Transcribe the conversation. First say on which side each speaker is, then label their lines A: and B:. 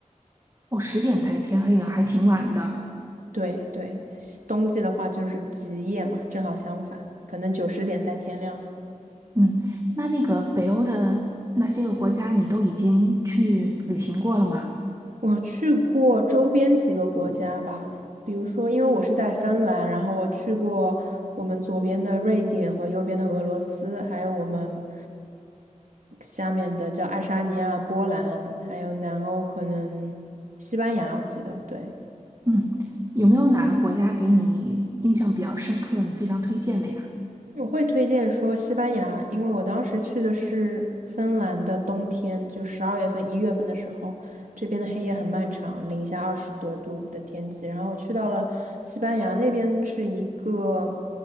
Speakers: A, on the right (about 25°); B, on the right (about 85°).
A: 哦，十点才天黑呢，还挺晚的。
B: 对对，冬季的话就是极夜嘛，正好相反，可能九十点才天亮。
A: 嗯，那那个北欧的那些个国家，你都已经去旅行过了吗？
B: 我去过周边几个国家吧，比如说，因为我是在芬兰，然后我去过我们左边的瑞典和右边的俄罗斯，还有我们下面的叫爱沙尼亚、波兰，还有南欧可能西班牙，我记得，对。
A: 嗯，有没有哪个国家给你印象比较深刻，你非常推荐的呀？
B: 我会推荐说西班牙，因为我当时去的是芬兰的冬天，就十二月份、一月份的时候，这边的黑夜很漫长，零下二十多度的天气。然后我去到了西班牙那边，是一个